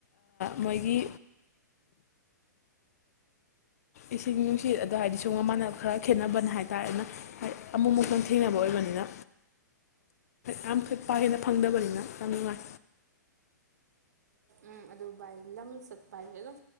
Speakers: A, on the left (about 55°); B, on the right (about 60°).
A: ꯃꯣꯏꯒꯤ ꯏꯁꯤꯡ ꯅꯨꯡꯁꯤꯠ ꯑꯗꯣ ꯍꯥꯏꯗꯤ ꯁꯣ ꯃ ꯃꯥꯟꯅꯕ ꯈꯔ ꯈꯦꯠꯅꯕꯅ ꯍꯥꯏꯇꯥꯥꯔꯦꯅ ꯍꯥꯏ ꯑꯃꯨꯃꯨꯛꯇꯪ ꯊꯦꯡꯅꯕ ꯑꯣꯏꯕꯅꯤꯅ ꯌꯥꯝ ꯀꯥ ꯍꯦꯟꯅ ꯐꯪꯗꯕꯅꯤꯅ ꯌꯥꯝ ꯅꯨꯡꯉꯥꯏ
B: ꯎꯝ ꯑꯗꯨ ꯚꯥꯏ ꯂꯝ ꯆꯠꯄ ꯍꯥꯏꯁꯦ ꯑꯗꯨꯝ